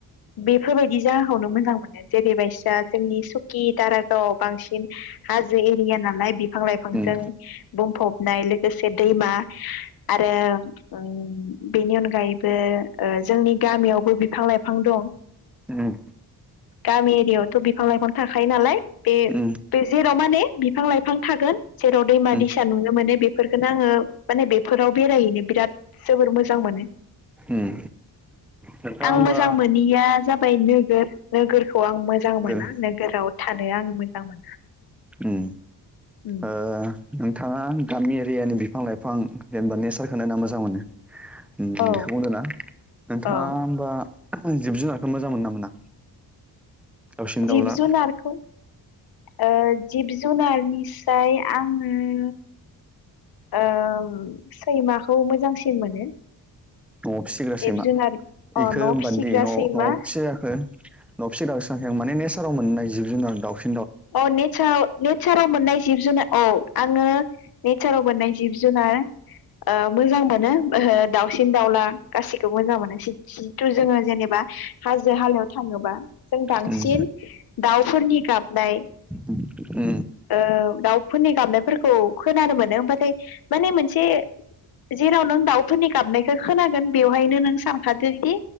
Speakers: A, on the left; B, in the centre.
A: बेफोरबायदि जागाखौनो मोजां मोनो जेरैबायासा जोंनि सख कि दारागावआव बांसिन हाजो एरिया नालाय बि बिफां- लाइफांजों
B: उम
A: बुंफबनाय लोगोसे दैमा आरो अम बेनि अनगायैबो जोंनि गामियावबो बिफां -लाइफां दं।
B: उम
A: गामि एरियायावथ' बिफां -लाइफां थाखायो नालाय बे
B: उम
A: जेराव माने बिफां -लाइफां थागोन जेराव दैमा-
B: उम
A: दैसा नुनो मोनो बेफोरखौनो आङो माने बेफोराव बेरायहैनो बिराद जोबोर मोजां मोनो।
B: उम नोंथाङा
A: आं
B: होमबा
A: मोजां मोनैया जाबायनो नो नोगोरखौ आं मोजां
B: गोरो
A: मोना नोगोराव थानो आं मोजां मोना।
B: अम
A: उम
B: ओ नोंथाङा गामि एरियानि बिफां -लाइफां जेनेबा नेचारखौ नायना मोजां मोनो। अम
A: औ
B: बेखौ बुंदों ना नोंथाङो
A: औ
B: होमबा जिब -जुनारखौ मोजां मोनो ना मोना? दाउसिन
A: जिब
B: दाउला
A: -जुनारखौ ओ जिब- जुनारनि फ्राय आंड़ो ओ सैमाखौ मोजांसिन मोनो।
B: न'आव फिसिग्रा
A: जिब
B: सैमा
A: जुनार अ
B: इखौ
A: न' फिसिग्रा
B: बार्डे न'
A: सैमा
B: न'आव फिसि जाखो नबसे गावस्रिांखां मान नेचाराव मोन्नाय जिब- जुनार दावउसिन
A: औ नेचार- नेचाराव मोननाय जिब- जुनार औ आङो नेचाराव मोननाय जिब -जुनार मोजां मोनो ओ दावसिन -दाउला गासिखौबो मोजां मोनो जिथु जोङो जेनेबा हाजो -हालायाव थाङोबा जों बांसिन
B: उम
A: दाउफोरनि गाबनाय
B: उम उम
A: ओ दाउफोरनि गाबनाय फोरखौ खोनानो मोनो होनबाथाय माने मोनसे जेराव नों दाउफोरनि गाबनायखौ खोनांगोन बेवहायनो नों सानखादोदि